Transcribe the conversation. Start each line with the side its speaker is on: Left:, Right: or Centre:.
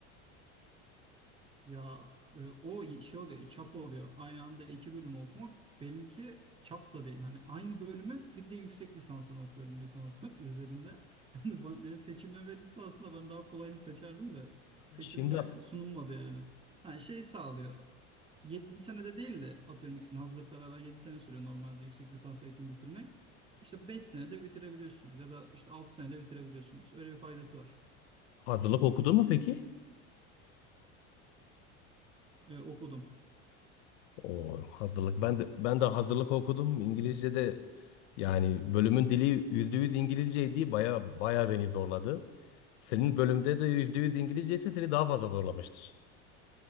Right: Ya e, o şey oluyor, çap oluyor. Aynı anda iki bölümü okumak benimki çapla değil. Hani aynı bölümün bir de yüksek lisansını okuyorum lisans <laughs> üzerinde. Hani ba- benim seçimime verirse aslında ben daha kolayını seçerdim de seçimime
Left: Şimdi
Right: sunulmadı yani. Yani şey sağlıyor. 7 senede değil de atıyorum ikisini hazırlıkla beraber 7 sene sürüyor normalde yüksek lisans eğitimi bitirmek. İşte 5 senede bitirebiliyorsunuz ya da işte 6 senede bitirebiliyorsunuz. Öyle bir faydası var.
Left: Hazırlık okudun mu peki?
Right: E, okudum.
Left: O hazırlık. Ben de ben de hazırlık okudum. İngilizce'de yani bölümün dili %100 İngilizceydi. Baya baya beni zorladı. Senin bölümde de %100 İngilizce ise seni daha fazla zorlamıştır.